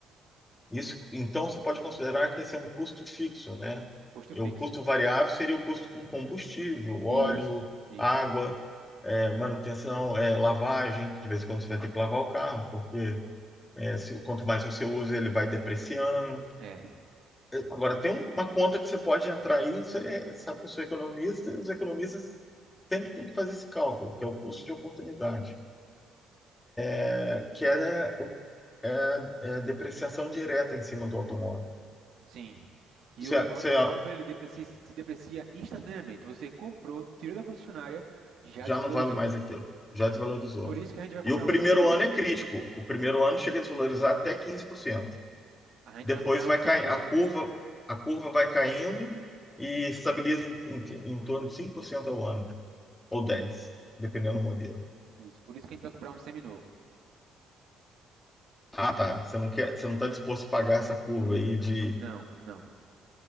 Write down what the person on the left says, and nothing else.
Isso, então você pode considerar que esse é um custo fixo, né?
E
o custo variável seria o custo com combustível,
óleo,
água, é, manutenção, é, lavagem, que de vez em quando você vai ter que lavar o carro, porque é, se, quanto mais você usa, ele vai depreciando.
Agora, tem uma conta que você pode entrar aí, isso é, sabe que eu sou economista, e os economistas sempre têm que fazer esse cálculo, que é o custo de oportunidade, é, que é, o- é- é depreciação direta em cima do automóvel.
Você,
você
já
não vale mais aquilo, já desvalorizou.
E o primeiro
ano é crítico. O primeiro ano chega a desvalorizar até 15%.
Depois
vai
cair, a curva, a curva vai caindo e estabiliza em, em, em torno de 5% ao ano, ou 10%, dependendo do modelo.
Ah, tá. Você não quer, você não está disposto a pagar essa curva aí de.